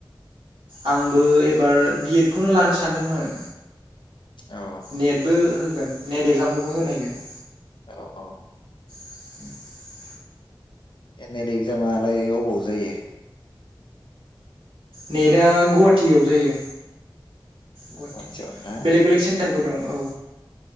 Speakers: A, on the right; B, on the left.
A: आंबो एबार बि एड खौनो लानो सानदोंमोन।
B: औ
A: नेटबो हो नेट एक्जामखौबो होनायगोन
B: औ औ।
A: <inaudible>
B: ए नेट एक्जामालाय अबाव जायो?
A: नेटआ गुवाहाटीयाव जायो। गुवाहाटी
B: गुवाहाटियावनो ना
A: बेलेग बेलेग सेन्टारबो दं। औ